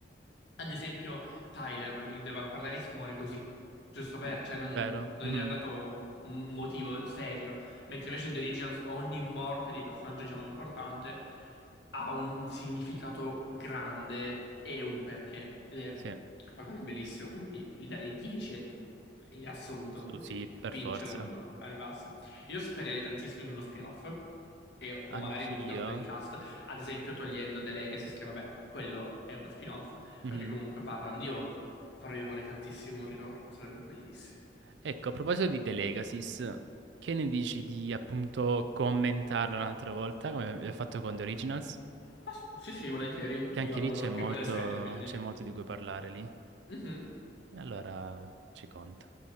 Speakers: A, on the left; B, on the right.
A: Ad esempio, Tyler in The Vampire Diaries muore così, giusto per,
B: Mm,
A: cioè non,
B: Vero?
A: non
B: Mhm,
A: gli è dato un motivo serio. Mentre invece in The Originals ogni morte di personaggio, diciamo, importante ha un significato grande e un perché. Ed è
B: Sì.
A: qualcosa di bellissimo, quindi gli darei 10 in assoluto,
B: Su-
A: quindi
B: sì, per
A: vincerlo
B: forza.
A: alle basse. Io spererei tantissimo in uno spin-off. e- o
B: Anch'io.
A: magari in un ritorno del cast, ad esempio togliendo The Legacy, che vabbè, quello è uno spin-off,
B: Mhm.
A: perché comunque parlano di Hope, però io vorrei tantissimo un ritorno, sarebbe bellissimo.
B: Ecco, a proposito di The Legacies, che ne dici di appunto commentarlo un'altra volta, come abbiamo fatto con The Originals?
A: Ma s- sì, sì, volentieri.
B: Che anche
A: Io adoro
B: lì c'è
A: anche
B: molto,
A: quella serie, quindi...
B: c'è molto di cui parlare lì.
A: Mhm.
B: E allora ci conto.